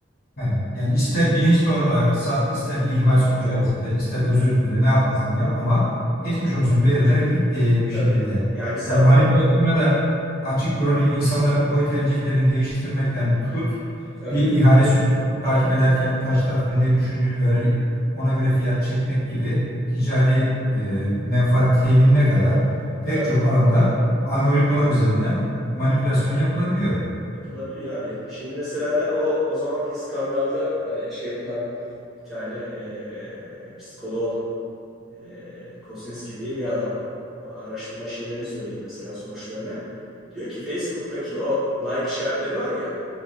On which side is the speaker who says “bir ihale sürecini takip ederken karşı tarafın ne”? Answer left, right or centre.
Left